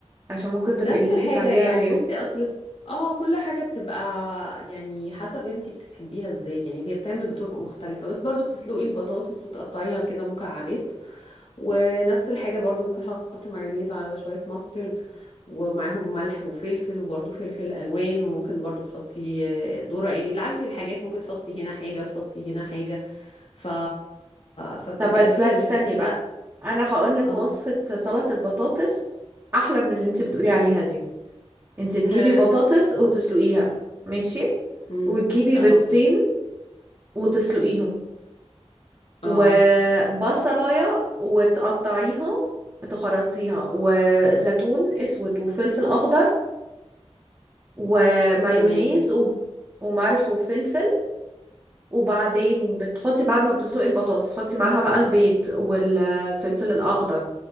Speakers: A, on the right (about 25°); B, on the left (about 55°).
A: عشان ممكن تبقي
B: نفس
A: اللي انت
B: الحاجة
A: بتعمليها
B: يعني
A: غير
B: بصي اصل اه كل حاجة بتبقى يعني حسب انتي بتحبيها ازاي يعني هي بتعمل بطرق مختلفة بس برضو بتسلقي البطاطس وتقطعيها كده مكعبات ونفس الحاجة برضو ممكن احط مايونيز على شوية ماسترد ومعاهم ملح وفلفل وبرضو فلفل الوان وممكن برضو تحطي آه، ذرة يعني لعبي في الحاجات ممكن تحطي هنا حاجة وتحطي هنا حاجة ف فبتبقى
A: طب بس
B: لذيذة
A: بقى
B: جدا
A: استني بقى
B: لا
A: انا هقول لك
B: اه
A: وصفه سلطه بطاطس احلى من اللي انت بتقولي عليها دي انت تجيبي
B: <laughs> ها
A: بطاطس وتسلقيها ماشي
B: أمم.
A: وتجيبي
B: اه
A: بيضتين وتسلقيهم وبصلاية
B: اه
A: وتقطعيها تخرطيها وزيتون اسود وفلفل اخضر ومايونيز
B: تمام
A: و... وملح وفلفل وبعدين بتحطي بعد ما بتسلقي البطاطس تحطي معاها بقى البيض والفلفل الاخضر